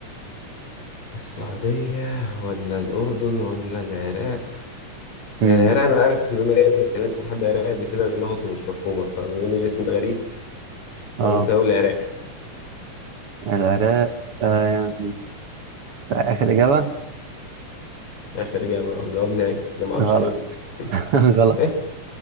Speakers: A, on the left (about 85°); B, on the right (about 50°).
A: السعودية ولا الأردن ولا العراق
B: امم
A: هي العراق أنا عارف إن أنا إيه أنا اتكلمت مع حد عراقي قبل كده لغته مش مفهومة فبما إن الاسم ده غريب
B: اه
A: فأنا ممكن أقول العراق
B: العراق آه يعني آخر إجابة
A: آخر إجابة جواب نهائي أنا معرفش
B: غلط
A: غيره <laughs>
B: <laughs> غلط
A: إيه